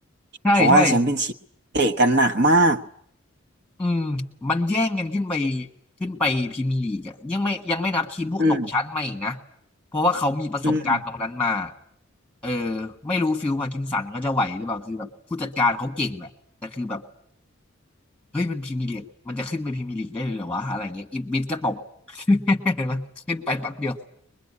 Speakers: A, in the centre; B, on the right (about 55°).
A: ใช่ใช่
B: เพราะว่าแชมเปี้ยนชิพเตะกันหนักมาก
A: อืมมันแย่งกันขึ้นไปขึ้นไปพรีเมียร์ลีกอะยังไม่ยังไม่นับทีมพวกตกชั้นมาอีกนะ
B: อืม
A: เพราะว่าเขามีประสบการณ์ตรงนั้นมา
B: อืม
A: เออไม่รู้ฟิลพาร์กินสันเขาจะไหวหรือเปล่าคือแบบผู้จัดการเขาเก่งแหละแต่คือแบบ เฮ้ยมันพรีเมียร์ลีกมันจะขึ้นไปพรีเมียร์ลีกได้เลยเหรอวะอะไรเงี้ยอีบิดก็ตก <laughs> เห็นไหมขึ้นไปแป๊บเดียว